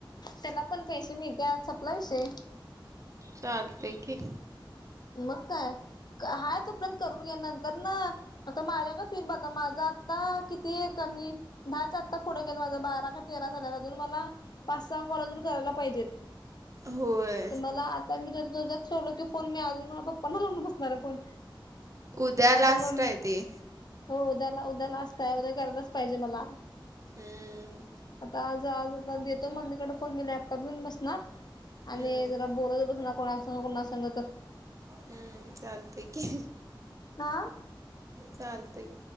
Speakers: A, on the left; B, on the right.
A: त्याला पण पैसे मिळतात, सपला विषय.
B: चालतय की,
A: मग काय, हाय तोपर्यंत करून घ्या नंतर ना, आता माझ्यागत विन बघ आता माझा आता किती कमी, दहाच्या आत्ता पुढे गेला माझं बारा का तेरा झाल्या अजून मला, पाच सहा कॉल अजून करायला पाहिजेत.
B: होय
A: तर मला, आता मी तुजा ठेवलो की फोन मोजून पप्पा ना लावून बसणार आहे फोन.
B: उद्या
A: आता
B: लास्ट
A: मम्मीऽ
B: आहे ते
A: हो उद्याला, उद्याला असताय उद्या करायलाच पाहिजे मला.
B: हम्म.
A: आज आज देतो मम्मीकडे फोन, मी लॅपटॉप घेऊन बसणार, आणि
B: हम्म
A: जरा बोलत बस मननार कोणा संग कोणा संग तर.
B: हम्म, चालतय की.
A: हां.
B: चालतय.